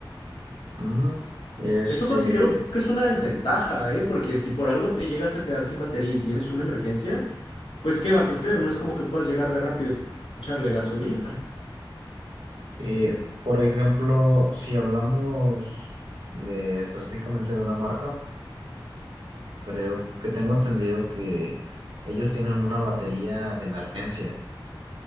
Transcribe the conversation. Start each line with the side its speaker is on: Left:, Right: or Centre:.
Right: ujú. Este,
Left: Eso considero que es una desventaja, ¿eh? Porque si por algo te llegas a quedar sin batería y tienes una emergencia, pues ¿qué vas a hacer? No es como que puedas llegar de rápido y echarle gasolina.
Right: eh, por ejemplo, si hablamos de específicamente de una marca, creo que tengo entendido que ellos tienen una batería de emergencia